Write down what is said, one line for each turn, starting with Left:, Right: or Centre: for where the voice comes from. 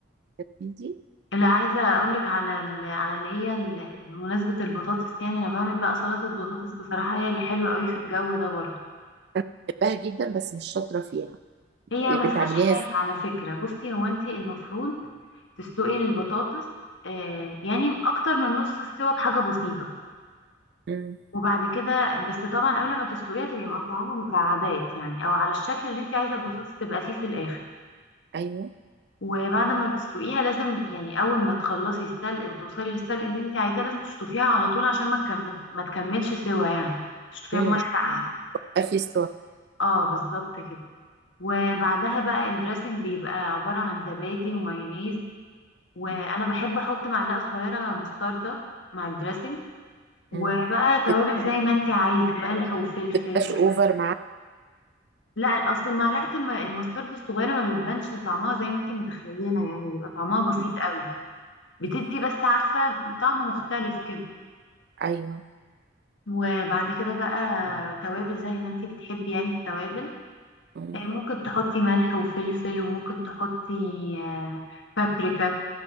Right: الحاجات من دي
Left: اللي عايزه اقول لك على ال... على اللي هي ال... بمناسبه البطاطس يعني انا بعمل بقى سلطه بطاطس بصراحه هي اللي حلوه قوي في الجو ده برضه
Right: أنا بحبها جدا بس مش شاطرة فيها
Left: هي ما
Right: بتعمليها
Left: فيهاش حاجة
Right: ازاي
Left: على فكرة بصي هو انت المفروض تسلقي البطاطس آه يعني اكتر من نص السوا بحاجة بسيطة
Right: مم.
Left: وبعد كده بس طبعا قبل ما تسلقيها تبقي مقطعاها مكعبات يعني او على الشكل اللي انت عايزة البطاطس تبقى فيه في الاخر
Right: أيوه
Left: وبعد ما بتسلقيها لازم يعني اول ما تخلصي السلق وتوصلي للسلق اللي انت عايزاه لازم تشطفيها على طول عشان ما تكم... ما تكملش سوا يعني تشطفيها
Right: مم.
Left: بميه ساقعة
Right: بيبقى في سوا
Left: اه بالظبط كده وبعدها بقى الدريسنج بيبقى عبارة عن زبادي ومايونيز وانا
Right: مم.
Left: بحب احط معلقه صغيره مستردة مع الدريسنج وبقى
Right: مم.
Left: توابل
Right: بت-
Left: زي ما انت عايزه ملح وفلفل
Right: بتبقاش أوفر معاك
Left: لا اصل المعلقه الم... المستردة الصغيره ما بتبانش طعمها زي ما انت متخيله يعني بيبقى طعمها بسيط
Right: مم.
Left: قوي بتدي
Right: مم.
Left: بس عارفه طعم مختلف كده
Right: أيوه
Left: وبعد كده بقى توابل زي ما انت بتحبي يعني التوابل
Right: مم.
Left: آه، ممكن تحطي ملح وفلفل وممكن تحطي آه، بابريكا